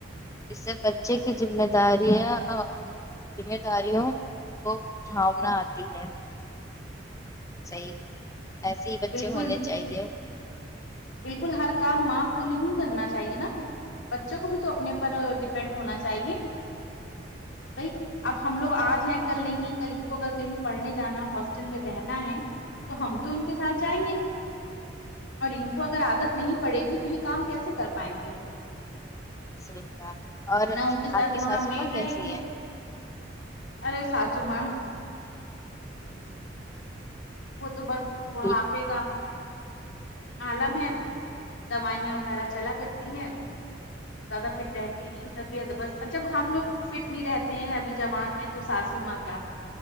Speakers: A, on the left (about 15°); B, on the left (about 80°).
A: اس سے بچے کی ذمے داریاں ا ذمہ داریوں کو بھاونا آتی ہے صحیح ایسے ہی بچے
B: بالکل
A: ہونے چاہیے
B: بالکل ہر کام ماں کو نہیں کرنا چاہیے نا بچوں کو بھی تو اپنے پر ڈیپینڈ ہونا چاہیے بھائی اب ہم لوگ آج ہیں کل نہیں ہے کل ان کو اگر کہیں پڑھنے جانا ہاسٹل میں رہنا ہے تو ہم تو ان کے ساتھ جائیں گے نہیں اور ان کو اگر عادت نہیں پڑے گی تو یہ کام کیسے کر پائیں گے
A: صحیح ہے اور
B: نہ ان کے ساتھ
A: آپ کی
B: وہاں
A: ساسوماں
B: میٹ رہے
A: کیسی
B: گی
A: ہے
B: ارے ساسوماں وہ تو بس بڑھاپے
A: ٹھیک،
B: کا عالم ہے دوائیاں وغیرہ چلا کرتی ہیں زیادہ فٹ رہتی طبیعت بس جب ہم لوگ فٹ نہیں رہتے ہیں ابھی جوان ہیں تو ساسوما ں کیا